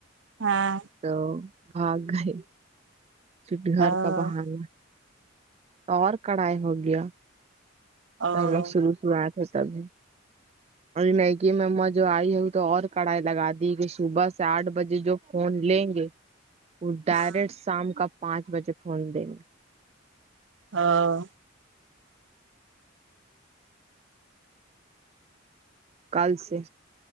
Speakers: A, on the right; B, on the right.
A: ہاں
B: تو بھاگ گئے چٹگھر
A: او
B: کا بہانا اور کڑھائی ہو گیا
A: او
B: ہم لوگ شروع شروع اہے تھےتبھی اور میکے م ما جو آئی ہے تو اور کڑھائی لگا دی کہ صبح سے آٹھ بجے جو فون لیں گے وہ ڈائریکٹ
A: ہاں
B: شام کا پانچ بجے فون دیں گے
A: ہاں
B: کل سے